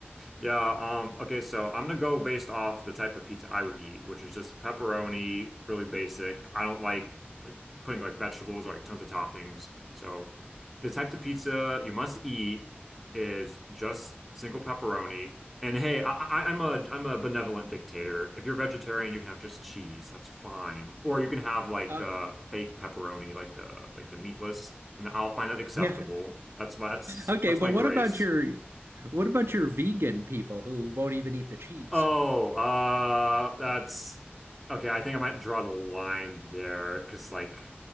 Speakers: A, in the centre; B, on the right (about 75°).
A: Yeah, um, okay, so I'm gonna go based off the type of pizza I would eat, which is just pepperoni, really basic. I don't like like putting like vegetables or like tons of toppings. So the type of pizza you must eat is just single pepperoni. And hey, I, I, I'm a I'm a benevolent dictator. If you're vegetarian, you can have just cheese. That's fine. Or you can have like
B: Uh,
A: uh, fake pepperoni, like the like the meatless, and I'll find that acceptable.
B: yeah.
A: That's my that's
B: Okay,
A: that's
B: but
A: my grace.
B: what about your what about your vegan people who won't even eat the cheese?
A: Oh, uh, that's okay. I think I might draw the line there because, like,